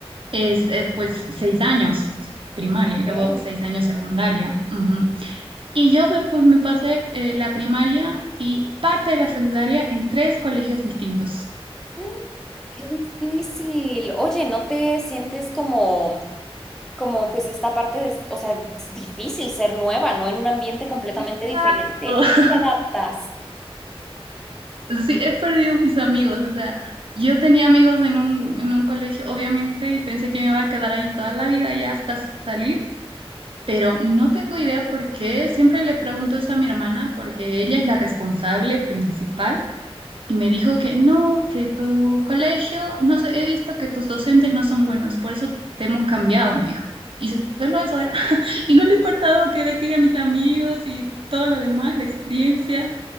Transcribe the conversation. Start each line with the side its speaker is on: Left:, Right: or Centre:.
Right: es eh, pues seis años primaria
Centre: Ok.
Right: y luego seis años secundaria. Ujú. Y yo me, pues me pasé eh, la primaria y parte de la secundaria en tres colegios distintos.
Centre: Mm, Qué difícil. Oye, ¿no te sientes como, como pues esta parte de, o sea, es difícil ser nueva, ¿no? En un ambiente completamente
Right: Exacto.
Centre: diferente. ¿Cómo
Right: <laughs>
Centre: te adaptas?
Right: Sí, he perdido mis amigos, o sea, yo tenía amigos en un, en un colegio, obviamente, y pensé que me iba a quedar ahí toda la vida ya hasta salir, pero no tengo idea por qué. Siempre le pregunto eso a mi hermana porque ella es la responsable principal Y me dijo que no, que tu colegio, no sé, he visto que tus docentes no son buenos, por eso te hemos cambiado, me dijo. Y so- solo eso era. <laughs> Y no le importaba que dejé a mis amigos y todo lo demás, la experiencia,